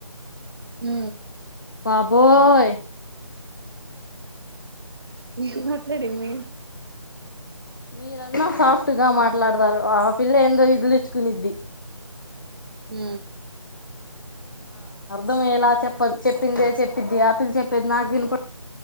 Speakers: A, on the right (about 45°); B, on the left (about 35°).
A: మ్
B: బాబోయ్
A: ఏం మాట్లడింది
B: మీరన్నా సాఫ్ట్ గా మాట్లాడతారు ఆ పిల్ల ఎందో విదిలిచ్చుకునిద్ది
A: మ్
B: ఆ అర్ధం ఎలా చెప్పద్ చెప్పిందే చెప్పిద్ది ఆపిల్ చెప్పిది నాకు వినుపడ